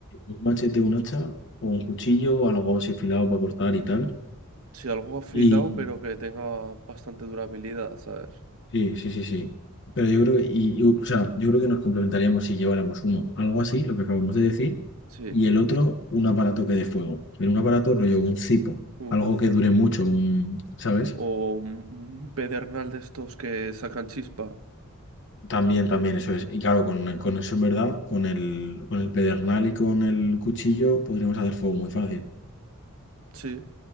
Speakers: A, on the left; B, on the right.
A: un machete, un hacha o un cuchillo o algo así afilado para cortar y tal.
B: Sí, algo afilado,
A: Y
B: pero que tenga bastante durabilidad, ¿sabes?
A: sí, sí, sí, sí. Pero yo creo que, y, y, o sea, yo creo que nos complementaríamos si lleváramos uno, algo así, lo que acabamos de decir,
B: Sí,
A: y el otro, un aparato que dé fuego. Pero un aparato rollo, un cipo,
B: uff.
A: algo que dure mucho, un, ¿sabes?
B: O un, un pedernal de estos que sacan chispa.
A: También, también, eso es. Y claro, con, con eso en verdad, con el, con el pedernal y con el cuchillo podríamos hacer fuego muy fácil.
B: Sí.